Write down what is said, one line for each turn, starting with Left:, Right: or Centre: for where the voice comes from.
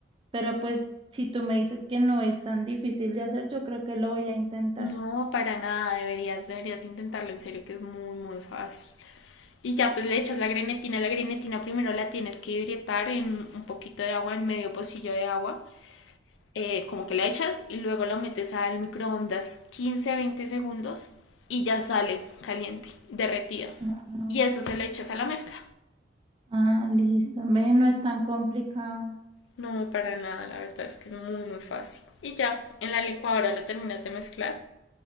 Right: Pero pues, si tú me dices que no es tan difícil de hacer, yo creo que lo voy a intentar.
Left: No, para nada, deberías, deberías intentarlo en serio, que es muy, muy fácil. Y ya pues le echas la grenetina, la grenetina primero la tienes que hidratar en un poquito de agua, en medio pocillo de agua, eh, como que la echas y luego lo metes al microondas 15-20 segundos y ya sale caliente, derretida.
Right: Ah,
Left: Y eso
Right: ok.
Left: se le echas a la mezcla.
Right: Ah, listo. Ve, no es tan complicado.
Left: No, para nada, la verdad es que es muy, muy fácil. Y ya, en la licuadora lo terminas de mezclar.